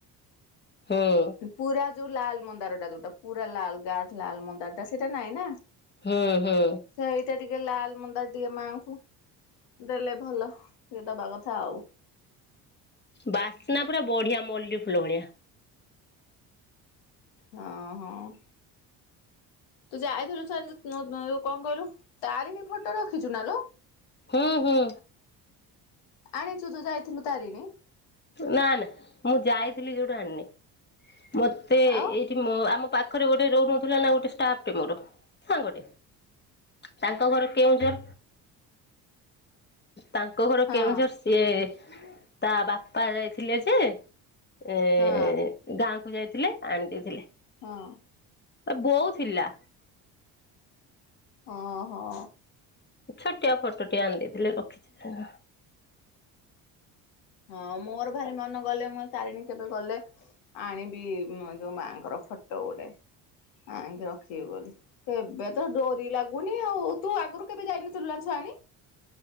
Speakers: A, on the left; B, on the left.
A: ହୁଁ।
B: ପୁରା ଯୋଉ ଲାଲ ମନ୍ଦାରଟା ଯୋଉଟା ପୁରା ଲାଲ ଗାଢ ଲାଲ ମନ୍ଦାର ଟା ସେଇଟା ନାଇଁ ନା।
A: ହୁଁ ହୁଁ।
B: ସେଇଟା ଟିକେ ଲାଲ ମନ୍ଦାର ଦିଏ ମାଆଙ୍କୁ। ଦେଲେ ଭଲ ଟିକେ ଦବା କଥା ଆଉ।
A: ବାସ୍ନା ପୁରା ବଢିଆ ମଲ୍ଲୀ ଫୁଲ ଭଳିଆ।
B: ହଁ ହଁ। ତୁ ଯାଇଥିଲୁ ସେ <unintelligible> କଣ କହିଲୁ ତାରିଣୀ ଫଟୋ ରଖିଛୁ ନା ଲୋ।
A: ହୁଁ ହୁଁ।
B: ଆଣିଚୁ ତୁ ଯାଇଥିଲୁ ତାରିଣୀ?
A: ନା ନା ମୁଁ ଯାଇଥିଲି ଯୋଉଠୁ ଆଣିନି ମତେ ଏଇ
B: ଆଉ
A: କି ମୋ ଆମ ପାଖରେ ଗୋଟେ ରହୁନଥିଲା ନା ଗୋଟେ ଷ୍ଟାଫ ଟେ ମୋର ସାଙ୍ଗଟେ। ତାଙ୍କ ଘର କେଉଁଝର। ତାଙ୍କ ଘର
B: ହଁ
A: କେଉଁଝର ସିଏ ତା ବାପା ଯାଇଥିଲେ ଯେ ଏ
B: ହଁ
A: ଗାଁକୁ ଯାଇଥିଲେ ଆଣି ଦେଇଥିଲେ।
B: ହଁ।
A: ବୋଉ ଥିଲା।
B: ଓହୋ।
A: ଛୋଟିଆ ଫଟଟିଏ ଆଣି ଦେଇଥିଲେ ରଖିଛି।
B: ହଁ ମୋର ଭାରି ମନ ଗଲେ ମୁଁ ତାରିଣୀ କେବେ ଗଲେ ଆଣିବି। ମୁଁ ଯୋଉ ମାଆଙ୍କର ଫଟ ଗୋଟେ ଆଣିକି ରଖିବି ବୋଲି। କେବେ ତ ଡୋରି ଲାଗୁନି ଆଉ ତୁ ଆଗରୁ କେବେ ଯାଇନଥିଲୁ ତୁ ଛୁଆ ଏଳେ।